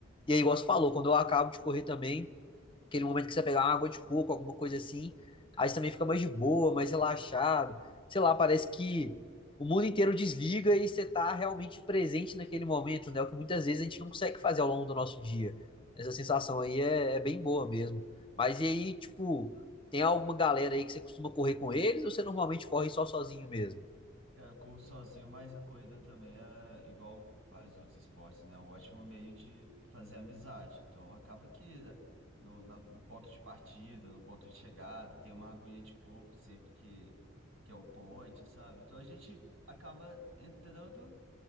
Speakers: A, on the left (about 25°); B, on the right (about 80°).
A: E aí, igual você falou, quando eu acabo de correr também, aquele momento que você pegar uma água de coco, alguma coisa assim, aí você também fica mais de boa, mais relaxado. Sei lá, parece que o mundo inteiro desliga e você tá realmente presente naquele momento, né? É O que muitas vezes a gente não consegue fazer ao longo do nosso dia. Essa sensação aí é, é bem boa mesmo. Mas e aí, tipo, tem alguma galera aí que você costuma correr com eles ou você normalmente corre só sozinho mesmo?
B: Cara, eu corro sozinho, mas a corrida também é igual vários outros esportes, né? É um ótimo meio de fazer amizade. Então acaba que né, no, na- no ponto de partida, no ponto de chegada, tem uma aguinha de coco sempre que, que é o point, sabe? Então a gente acaba entrando